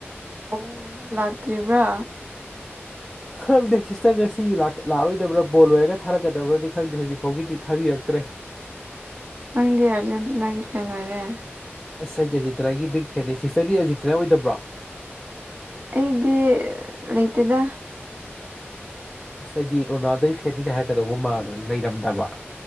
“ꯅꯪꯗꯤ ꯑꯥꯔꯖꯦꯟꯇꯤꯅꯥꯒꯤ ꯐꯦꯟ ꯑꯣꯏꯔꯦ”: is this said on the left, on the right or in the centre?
Right